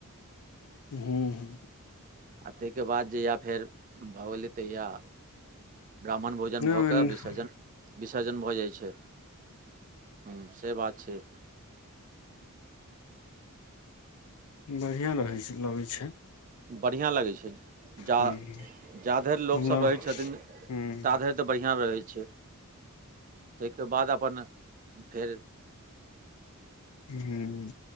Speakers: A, on the left; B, on the right.
A: हूं- हूं।
B: आ ताहिके बाद जहिया फेर भऽ गेलै तहिया। ब्राह्मण भोजन
A: नहि
B: भऽ कऽ, विसर्जन- विसर्जन भऽ जाइ छै। हू से बात छै।
A: बढ़ियां रहै छै, लगैत छै।
B: बढ़िआँ लगै छै जा-
A: हुं
B: जा धरि
A: मतलब
B: लोकसब रहै छथिन,
A: हुं
B: ता धरि बढ़िआँ रहै छै, ताहिके बाद अपन फेर
A: हूं। हूं।